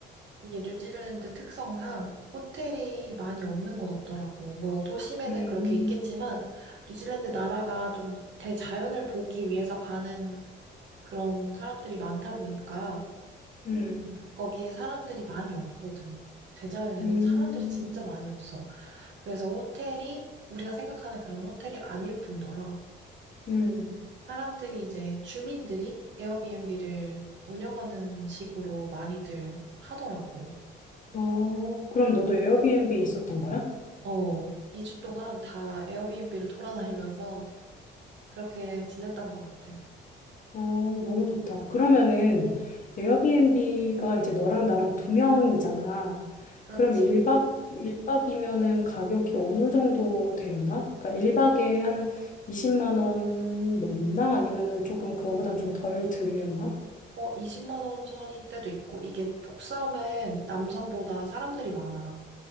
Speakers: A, on the right; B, on the left.
A: 이게 뉴질랜드 특성상 호텔이 많이 없는 것 같더라고. 뭐 도심에는
B: 음,
A: 그렇게 있겠지만 뉴질랜드 나라가 좀 대자연을 보기 위해서 가는 그런 사람들이 많다 보니까
B: 음,
A: 거기에 사람들이 많이 없거든. 대자연에는
B: 음,
A: 사람들이 진짜 많이 없어. 그래서 호텔이 우리가 생각하는 그런 호텔이 아닐 뿐더러
B: 음.
A: 사람들이 이제 주민들이 에어비앤비를 운영하는 식으로 많이들 하더라고.
B: 어, 그럼 너도 에어비앤비에 있었던 거야?
A: 어, 2주 동안 다 에어비앤비를 돌아다니면서 그렇게 지냈던 것 같아.
B: 어, 너무 좋다. 그러면은 에어비앤비가 이제 너랑 나랑 두 명이잖아.
A: 그렇지.
B: 그럼 1박, 일박이면은 가격이 어느 정도 되려나? 그러니까 1박에 한 20만 원 넘나? 아니면은 조금 그거보단 좀 덜 들려나?
A: 어, 20만 원 선일 때도 있고, 이게 독섬은 남섬보다 사람들이 많아.